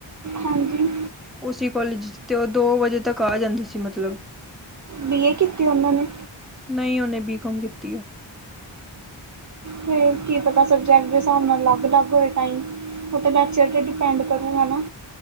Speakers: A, on the right (about 40°); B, in the centre.
A: ਹਾਂਜੀ।
B: ਉਸ ਸੀ ਕੋਲਜ ਵਿਚ ਉਹ ਦੋ ਵਜੇ ਤੱਕ ਆ ਜਾਂਦੀ ਸੀ ਮਤਲਬ
A: ਬੀ ਏ ਕੀਤੀ ਉਹਨਾਂ ਨੇ
B: ਨੀ ਉਹਨੇ ਬੀਕੋਮ ਕੀਤੀ ਏ।
A: ਫਿਰ ਕੀ ਪਤਾ ਸਬਜੈਕਟ ਦੇ ਹਿਸਾਬ ਨਾਲ ਅਲੱਗ-ਅਲੱਗ ਹੋਏ ਟਾਈਮ ਉਹ ਤਾਂ ਲੈਕਚਰ ਤੇ ਡਿਪੈਂਡ ਕਰੂਗਾ ਨਾ